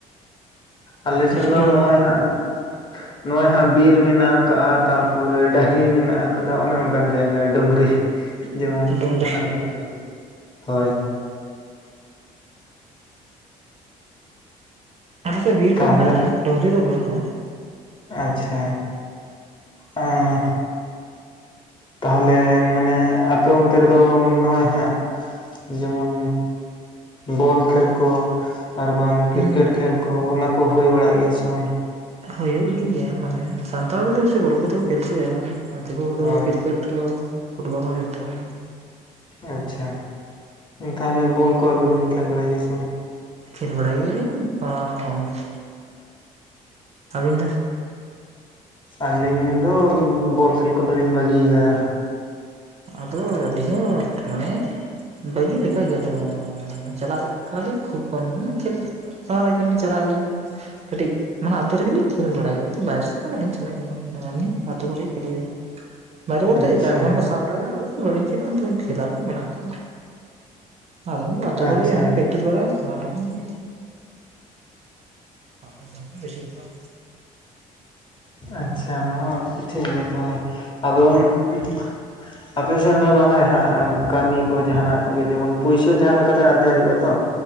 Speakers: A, on the left; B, on the right.
A: ᱟᱞᱮ ᱥᱮᱱ
B: ᱥᱩᱫᱷᱩ
A: ᱫᱚ
B: ᱦᱩᱲᱩ
A: ᱱᱚᱜᱼᱚᱭ ᱦᱟᱸᱜ ᱱᱚᱜᱼᱚᱭ ᱦᱟᱸᱜ ᱵᱤᱨ ᱢᱮᱱᱟᱜ ᱟᱠᱟᱜᱼᱟ ᱛᱟᱯᱚᱨᱮ ᱰᱟᱺᱦᱤ ᱢᱮᱱᱟᱜ ᱟᱠᱟᱫᱟ ᱚᱱᱮ ᱚᱱᱠᱟᱱ ᱡᱟᱭᱜᱟ ᱰᱩᱝᱨᱤ ᱡᱮᱢᱚᱱ
B: ᱰᱩᱝᱨᱤ
A: ᱚᱱᱮ ᱚᱱᱠᱟᱱ ᱡᱟᱭᱜᱟ ᱦᱳᱭ᱾
B: ᱟᱞᱮᱥᱮᱡ ᱵᱤᱨ
A: ᱛᱟᱦᱚᱞᱮ
B: ᱠᱚ ᱢᱮᱱᱟᱜᱼᱟ ᱰᱩᱝᱨᱤ ᱫᱚ ᱵᱟᱹᱱᱩᱜᱼᱟ᱾
A: ᱟᱪᱪᱷᱟ᱾ ᱮᱸ ᱛᱟᱦᱚᱞᱮ ᱢᱟᱱᱮ ᱟᱯᱮ ᱚᱱᱛᱮ ᱨᱮᱫᱚ ᱱᱚᱜᱼᱚᱭ ᱦᱟᱸᱜ᱾ ᱡᱮᱢᱚᱱ ᱵᱚᱞ ᱠᱷᱮᱞ ᱠᱚ ᱟᱨ ᱵᱟᱝ ᱠᱨᱤᱠᱮᱴ
B: ᱦᱩᱸ
A: ᱠᱷᱮᱞ ᱠᱚ ᱚᱱᱟ ᱠᱚ ᱦᱩᱭ ᱵᱟᱲᱟᱜ ᱜᱮᱭᱟ ᱥᱮ ᱵᱟᱝ?
B: ᱦᱩᱭᱩᱜ ᱜᱮ ᱜᱮᱭᱟ ᱢᱟᱱᱮ ᱥᱟᱱᱛᱟᱲ ᱠᱚᱫᱚ ᱵᱮᱥᱤ ᱵᱚᱞ ᱜᱮᱛᱚ ᱠᱟᱛᱮ ᱠᱚ ᱠᱷᱮᱞ ᱚᱪᱚᱭᱟ ᱟᱨ ᱫᱤᱠᱩ ᱠᱚᱫᱚ
A: ᱦᱳᱭ
B: ᱠᱨᱤᱠᱮᱴ᱾ ᱛᱚ ᱯᱷᱩᱴᱵᱚᱞ ᱦᱚᱸ ᱡᱚᱛᱚ ᱵᱚᱱ
A: ᱟᱪᱪᱷᱟ ᱛᱟᱦᱚᱞᱮ ᱵᱚᱞ ᱠᱚ ᱟᱵᱤᱱ ᱫᱚᱵᱤᱱ ᱠᱷᱮᱞ ᱵᱟᱲᱟᱭ ᱜᱮᱭᱟ ᱥᱮ ᱵᱟᱝ?
B: ᱠᱷᱮᱞ ᱵᱟᱲᱟᱭ ᱜᱮᱭᱟ ᱞᱤᱧ ᱟ ᱠᱚᱢ‌ ᱜᱮ, ᱟᱵᱤᱱ ᱫᱚ?
A: ᱟᱞᱤᱧ ᱫᱚ ᱵᱚᱞ ᱠᱷᱮᱞ ᱠᱚᱫᱚ ᱞᱤᱧ ᱵᱟᱜᱤᱭᱟ ᱠᱟᱫᱟ ᱦᱟᱸᱜ᱾
B: ᱟᱫᱚ ᱟᱹᱞᱤᱧ ᱦᱚᱸ ᱴᱩ ᱢᱟᱱᱮᱼᱼ ᱵᱷᱟᱹᱜᱤ ᱞᱮᱠᱟ ᱜᱮ ᱟᱫᱚ ᱪᱟᱞᱟᱜ ᱠᱟᱱᱟ ᱞᱤᱧ ᱠᱷᱩᱵ ᱠᱚᱢ ᱧᱚᱜ ᱠᱷᱮᱞ᱾ ᱥᱚᱦᱟ ᱞᱮᱠᱟ ᱞᱤᱧ ᱪᱟᱞᱟᱜ ᱟᱹᱞᱤᱧ᱾ ᱠᱟᱹᱴᱤᱡ ᱢᱟᱱᱮ ᱟᱛᱩ ᱨᱮᱜᱮ ᱞᱤᱧ ᱠᱷᱮᱞ ᱵᱟᱲᱟᱭ ᱜᱮᱭᱟ ᱵᱟᱭᱨᱮ ᱥᱮᱜ ᱫᱚ ᱵᱟᱞᱤᱧ ᱪᱟᱞᱟᱜ ᱜᱮᱭᱟ᱾ <inaudible> ᱟᱹᱛᱩ ᱠᱚᱨᱮ ᱜᱮ ᱠᱷᱮᱞ ᱦᱩᱭᱩᱜ-ᱟ᱾ ᱵᱟᱭᱨᱮ ᱵᱩᱞᱛᱮ
A: ᱟᱪᱪᱷᱟ
B: ᱪᱮᱠᱟ ᱡᱮᱢᱚᱱ ᱠᱩ ‌ᱥᱟᱼᱼ <inaudible> ᱵᱟᱞᱤᱧ ‌ᱪᱟᱞᱟᱜ-ᱟ ᱚᱱᱛᱮ ᱠᱷᱮᱞᱟ ᱠᱩ ᱢᱮᱱᱟᱜ ᱠᱩᱣᱟ ᱟᱫᱚ ᱫᱚ ᱱᱤᱛ ᱫᱚ ᱟᱛᱩ ᱠᱚᱨᱮ
A: ᱟᱪᱪᱷᱟ
B: ᱚᱱᱮ ᱯᱮᱼᱼ ᱛᱩᱫᱽ ᱵᱟᱲᱟ ᱚᱱᱟ ᱴᱩᱠᱩᱱ ᱜᱮ᱾ ᱟᱴ ᱴᱟ ᱜᱟᱱ ᱵᱮᱥᱤ‌ ᱫᱚ ᱵᱟᱝ᱾
A: ᱟᱪᱪᱷᱟ ᱚᱱᱟ ᱦᱚᱸ ᱴᱷᱤᱠ ᱜᱮᱭᱟ ᱛᱟᱦᱚᱞᱮ ᱟᱫᱚᱢ‌ ᱩᱸᱜᱼᱼ ᱟᱯᱮ ᱥᱮᱱ ᱫᱚ ᱱᱚᱜ-ᱚᱭ ᱦᱟᱸᱜ ᱠᱟᱢᱤ ᱠᱚ ᱡᱟᱦᱟᱸ ᱱᱟᱜ ᱜᱮ ᱡᱮᱢᱚᱱ ᱯᱩᱭᱥᱟᱹ ᱡᱟᱦᱟᱸ ᱞᱮᱠᱟ ᱛᱮ ᱟᱨᱡᱟᱣ ᱦᱩᱭᱩᱜ-ᱟ ᱛᱚ᱾